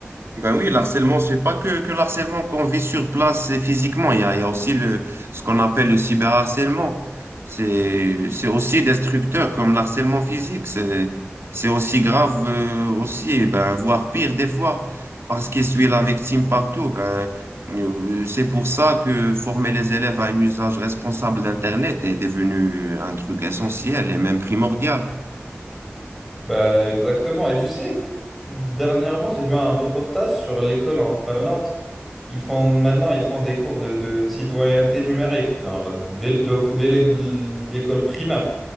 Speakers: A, on the right; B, in the centre.
A: Ben oui, le harcèlement, c'est pas que, que le harcèlement qu'on vit sur place euh, physiquement. Il y a, il y a aussi le, ce qu'on appelle le cyberharcèlement. C'est, c'est aussi destructeur comme le harcèlement physique. C'est, c'est aussi grave, euh, aussi, ben, voire pire des fois, parce qu'il suit la victime partout. Ben, euh, c'est pour ça que former les élèves à un usage responsable d'Internet est devenu un truc essentiel et même primordial.
B: Bah exactement. Et tu sais, dernièrement, j'ai vu un reportage sur l'école en Finlande. Ils font maintenant, ils font des cours de, de citoyenneté numérique, genre dès le- dès l'é- l'école primaire.